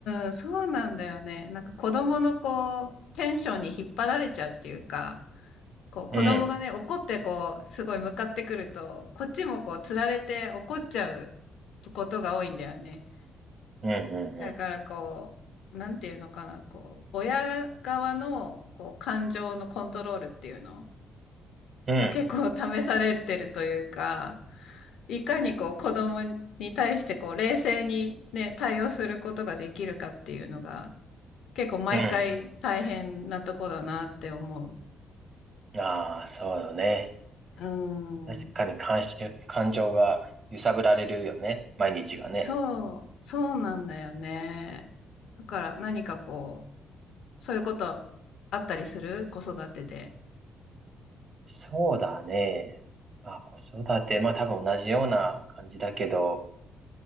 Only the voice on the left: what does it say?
ーん、そうなんだよね。なんか子供のこう、テンションに引っ張られちゃうっていうか、こう、子供がね、
怒ってこう、すごい向かってくると、こっちもこう、つられて怒っちゃうことが多いんだよね。
だからこう、なんていうのかな、こう、親側のこう感情のコントロールっていうの
が結構試されてるというか、いかにこう子供に対してこう冷静にね、対応することができるかっていうのが結構毎回大変なとこだなって思う。
うん。
そう、そうなんだよね。だから何かこう、そういうことあったりする子育てで。